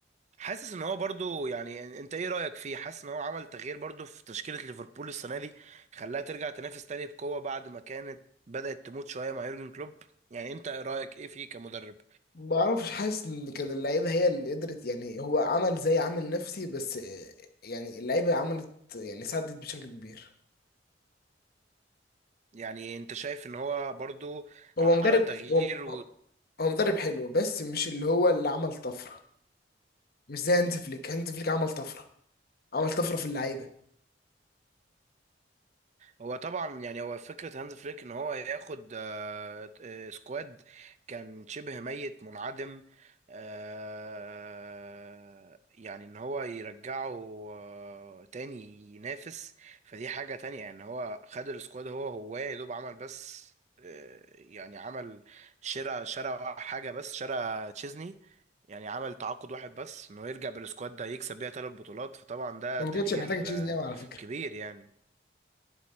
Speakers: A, on the right; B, on the left.
A: حاسس ان هو برضو يعني انت ايه رأيك فيه حاسس ان هو عمل تغيير برضو في تشكيلة ليفربول السنة دي خلاها ترجع تنافس تاني بقوة بعد ما كانت بدأت تموت شوية مع يورجن كلوب يعني انت إيه رأيك ايه فيه كمدرب
B: ما اعرفش حاسس ان كده اللعيبة هي اللي قدرت يعني هو عمل زي عامل نفسي بس آه، يعني اللعيبة عملت يعني ساعدت بشكل كبير
A: يعني انت شايف ان هو برضو
B: هو
A: عمل
B: مدرب
A: تغيير
B: هو هو مدرب حلو بس مش اللي هو اللي عمل طفرة مش زي هانز فليك هانز فليك عمل طفرة عمل طفرة في اللعيبة
A: هو طبعا يعني هو فكرة هانز فليك ان هو ياخد آه، آه، سكواد كان شبه ميت منعدم آه، يعني ان هو يرجعه آه، تاني ينافس فدي حاجة تانية يعني هو خد السكواد هو هو يا دوب عمل بس آه، يعني عمل شراء شراء حاجة بس شراء تشيزني يعني عمل تعاقد واحد بس انه يرجع بالسكواد ده يكسب بيها ثلاث بطولات فطبعا ده
B: هو
A: تغيير
B: ما كانتش محتاجة تشيزني
A: آه،
B: قوي على فكرة
A: كبير يعني